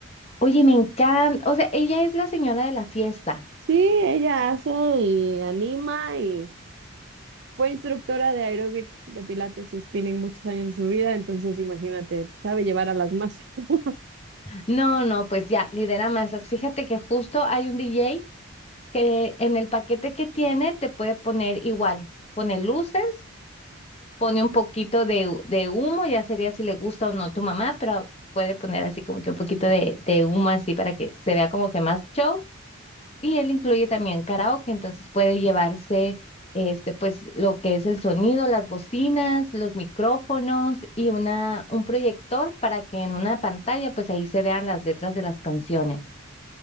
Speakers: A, on the left; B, on the right.
A: oye, me encanta. O sea, ella es la señora de la fiesta.
B: Sí, ella hace y anima y fue instructora de aeróbics, de pilates y spinning muchos años de su vida, entonces imagínate, sabe llevar a las masas. <laughs>
A: No, no, pues ya, lidera masas. Fíjate que justo hay un DJ que en el paquete que tiene te puede poner igual. Pone luces, pone un poquito de, hu- de humo, ya sería si le gusta o no tu mamá, pero puede poner así como que un poquito de, de humo así para que se vea como que más show Y él incluye también karaoke, entonces puede llevarse este, pues, lo que es el sonido, las bocinas, los micrófonos y una, un proyector para que en una pantalla, pues ahí se vean las letras de las canciones.